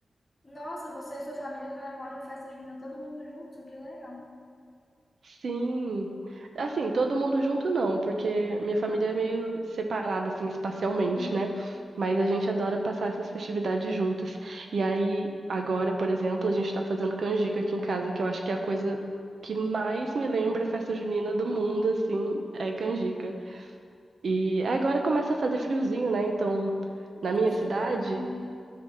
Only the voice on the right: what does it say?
Sim. Assim, todo mundo junto não, porque minha família é meio separada, assim, espacialmente,
né? Mas a gente adora passar essas festividades juntas. E aí, agora, por exemplo, a gente tá fazendo canjica aqui em casa, que eu acho que é a coisa que mais me lembra a festa junina do mundo, assim, é canjica. E agora começa a fazer friozinho, né? Então, na
minha
cidade.